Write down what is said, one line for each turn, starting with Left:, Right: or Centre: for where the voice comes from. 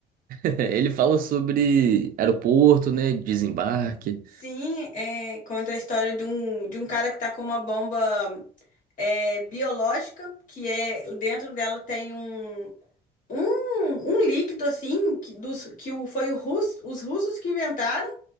Right: <laughs> Ele fala sobre aeroporto, né? Desembarque.
Left: Sim, é, conta a história de um, de um cara que tá com uma bomba é, biológica, que é dentro dela tem um um, um líquido assim que, dos, que o, foi o Rus, os russos que inventaram.